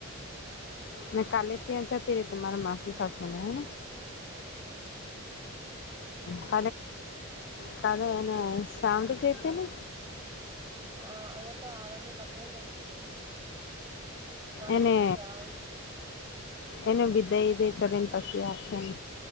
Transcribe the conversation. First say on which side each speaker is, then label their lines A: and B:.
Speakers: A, on the left; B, on the right.
A: મે કાલે ત તેરે તમારા માસી સાસુ ના હે
B: હમ
A: ક ક એને સામળ ક તેને
B: હા અહિયાંયા તો આવવાનો પતોય નથી છે મારે
A: એને
B: શું છે આવવાનું
A: એને બિદાય દ કરીને પછી આપશે ને